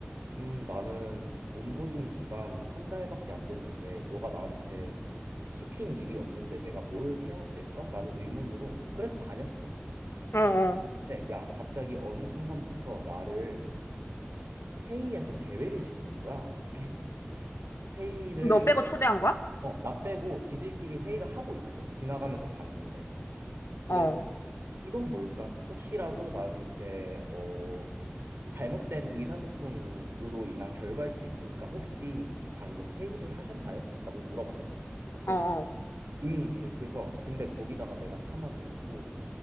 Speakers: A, on the right; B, on the left.
A: 음 나는 온보딩 기간 한 달밖에 안 됐는데 너가 나한테 시킨 일이 없는데 내가 뭘 해야 될까라는 의문으로 그래도 다녔어.
B: 어, 어.
A: 근데 야, 갑자기 어느 순간부터 나를 회의에서 제외를 시키는 거야. <laughs> 회의를
B: 너 빼고 초대한 거야?
A: 어, 나 빼고 지들끼리 회의를 하고 있어. 지나가면서 봤는데. 그래서
B: 어,
A: 이건 뭘까? 혹시라도 나는 이제 어 잘못된 의사소통이로 인한 결과일 수도 있으니까 혹시 방금 회의를 하셨나요? 라고 물어봤어. 그랬더니
B: 어, 어,
A: 응 이래. 그래서 근데 거기다가 내가 차마 대놓고